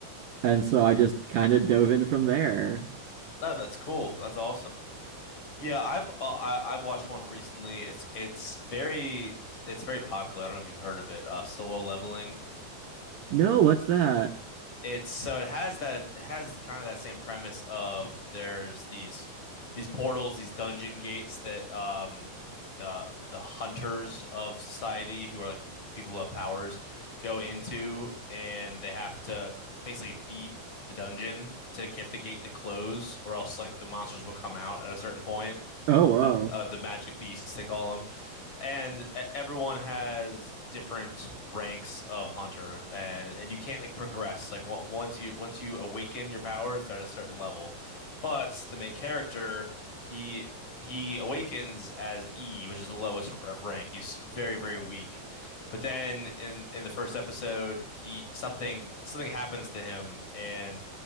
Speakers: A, on the right; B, on the left.
A: And so I just kind of dove in from there.
B: No, that's cool. That's awesome. Yeah, I've uh, I, I've watched one recently. It's it's very it's very popular. I don't know if you've heard of it. Uh, Solo Leveling.
A: No, what's that?
B: It's so it has that it has the kind of that same premise of there's these these portals, these dungeon gates that um the the hunters of society who are like the, the people who have powers go into and they have to basically beat the dungeon to get the gate to close or else like the monsters will come out at a certain point
A: Oh, whoa.
B: uh, uh, the magic beasts they call them, and e- everyone has different ranks of hunter, and and you can't like progress like on- once you once you awaken your powers, they're at a certain level, but the main character he. He awakens as E, which is the lowest r rank. He's very, very weak. But then in in the first episode, he something something happens to him, and